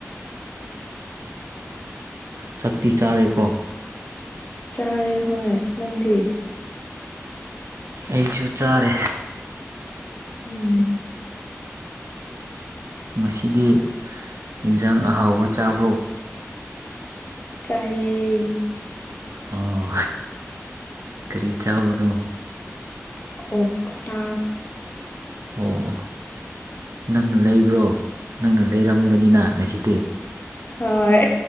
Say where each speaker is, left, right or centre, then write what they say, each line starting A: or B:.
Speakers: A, on the right; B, on the left.
A: ꯆꯛꯇꯤ ꯆꯥꯔꯦꯀꯣ
B: ꯆꯥꯔꯦ ꯍꯣꯏ ꯅꯪꯗꯤ
A: ꯑꯩꯁꯨ ꯆꯥꯔꯦ
B: ꯎꯝ
A: ꯉꯁꯤꯗꯤ ꯏꯟꯖꯥꯡ ꯑꯍꯥꯎꯕ ꯆꯥꯕ꯭ꯔꯣ
B: ꯆꯥꯏꯌꯦ
A: ꯑꯣ ꯀꯔꯤ ꯆꯥꯕꯅꯣ
B: ꯑꯣꯛꯁꯥ
A: ꯑꯣ ꯅꯪꯅ ꯂꯩꯕ꯭ꯔꯣ ꯅꯪꯅ ꯂꯩꯔꯝꯒꯅꯤꯅ ꯉꯁꯤꯗꯤ
B: ꯍꯣꯏ